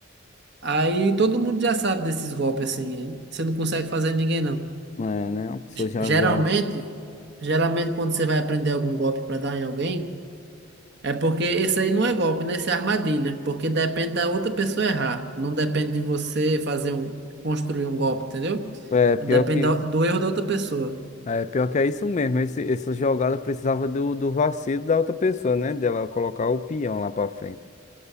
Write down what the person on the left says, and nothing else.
É, né? A pessoa
já,
já...
É, pior
que...
É, pior que é isso mesmo. Esse, essa jogada precisava do, do vacilo da outra pessoa, né? Dela colocar o peão lá pra frente.